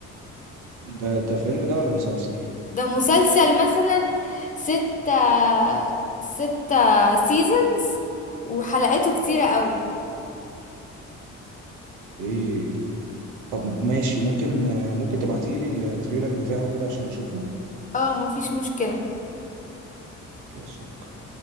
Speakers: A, on the right; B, on the left.
A: ده ده فيلم ده ولا مسلسل؟
B: ده مسلسل مثلا ستة ستة سيزونز وحلقاته كتيرة قوي
A: إيه طب ماشي ممكن آه، ممكن تبعتيلي التريلر بتاعه كده عشان أشوفه
B: اه مفيش مشكلة
A: خلاص أوكي